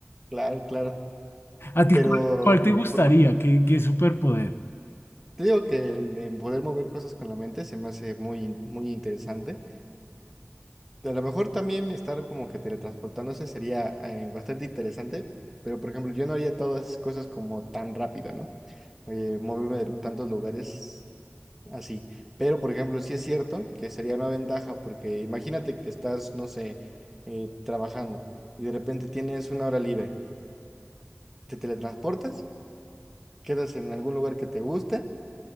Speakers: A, in the centre; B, on the left (about 60°).
A: Claro, claro.
B: ¿A ti
A: Pero
B: cuál, cuál te gustaría?
A: por ej-
B: ¿Qué, qué superpoder?
A: te digo que el de poder mover cosas con la mente se me hace muy, in- muy interesante. A lo mejor también estar como que teletransportándose sería eh, bastante interesante, pero por ejemplo, yo no haría todas esas cosas como tan rápido, ¿no? Eh, moverme de tantos lugares así. Pero por ejemplo, sí es cierto que sería una ventaja, porque imagínate que estás, no sé, eh, trabajando y de repente tienes una hora libre. Te teletransportas, quedas en algún lugar que te guste,